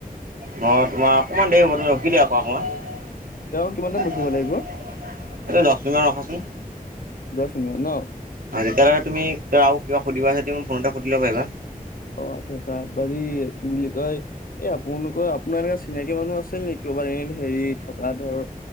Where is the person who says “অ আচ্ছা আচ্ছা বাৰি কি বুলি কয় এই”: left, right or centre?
Left